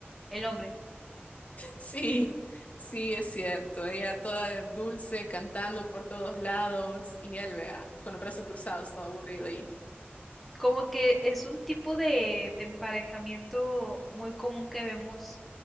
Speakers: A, in the centre; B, on the left.
A: El hombre.
B: Sí, sí, es cierto, ella toda dulce, cantando por todos lados, y él, vea, con los brazos cruzados, todo aburrido ahí.
A: Como que es un tipo de, de emparejamiento muy común que vemos